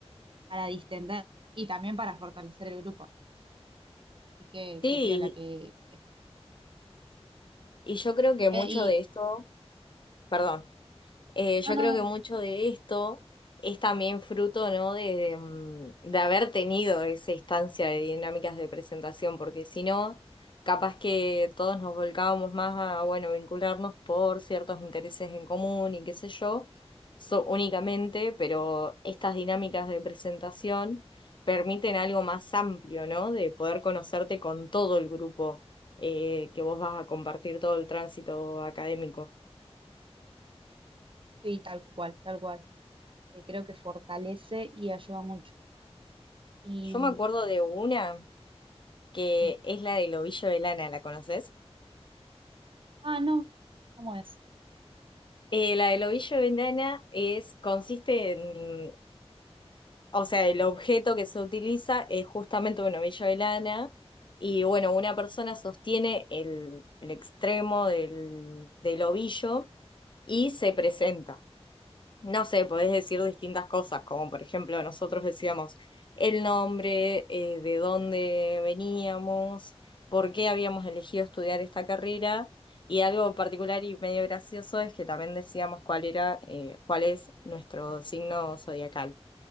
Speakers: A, on the right (about 50°); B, on the left (about 45°).
A: para distender y también para fortalecer el grupo. Así que
B: Sí,
A: qué piola que,
B: y y yo creo que mucho
A: que- y
B: de esto, perdón.
A: sí.
B: Eh, yo
A: no, no,
B: creo
A: dale.
B: que mucho de esto es también fruto, ¿no? de, mm, de haber tenido esa instancia de dinámicas de presentación, porque si no, capaz que todos nos volcábamos más a, bueno, vincularnos por ciertos intereses en común y qué sé yo, so- únicamente, pero estas dinámicas de presentación permiten algo más amplio, ¿no? De poder conocerte con todo el grupo eh, que vos vas a compartir todo el tránsito académico.
A: Sí, tal cual, tal cual. Eh, creo que fortalece y ayuda mucho. Y,
B: Yo me acuerdo de una. que
A: y-
B: es la del ovillo de lana, ¿la conoces?
A: ah, no, ¿cómo es?
B: Eh, la del ovillo de lana es, consiste en, o sea, el objeto que se utiliza es justamente un ovillo de lana y bueno, una persona sostiene el, el extremo del, del ovillo y se presenta. no sé, podés decir distintas cosas, como por ejemplo nosotros decíamos el nombre, eh, de dónde veníamos, por qué habíamos elegido estudiar esta carrera. Y algo particular y medio gracioso es que también decíamos cuál era, eh, cuál es nuestro signo zodiacal